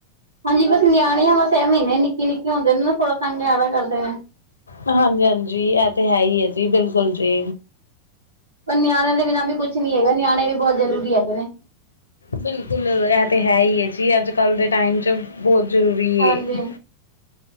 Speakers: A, on the right; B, on the left.
A: ਹਾਂਜੀ ਬਸ ਨਿਆਣੇ ਆ ਬਸ ਇਹ ਮਹੀਨੇ ਨਿੱਕੇ ਨਿੱਕੇ ਹੁੰਦੇ ਨੇ ਨਾ ਥੋੜਾ ਤੰਗ ਜ਼ਿਆਦਾ ਕਰਦੇ ਨੇ,
B: ਹਾਂਜੀ-ਹਾਂਜੀ, ਇਹ ਤੇ ਹੈ ਹੀ ਹੈ ਜੀ ਬਿਲਕੁਲ ਜੀ।
A: ਪਰ ਨਿਆਣਿਆ ਦੇ ਬਿਨਾਂ ਵੀ ਕੁਛ ਨੀ ਹੈਗਾ ਨਿਆਣੇ ਵੀ ਬਹੁਤ ਜ਼ਰੂਰੀ ਹੈਗੇ ਨੇ।
B: ਬਿਲਕੁਲ ਇਹ ਤੇ ਹੈ ਹੀ ਹੈ ਜੀ ਅੱਜ ਕੱਲ ਦੇ ਟਾਈਮ ਚ ਬਹੁਤ ਜ਼ਰੂਰੀ ਨੇ।
A: ਹਾਂਜੀ।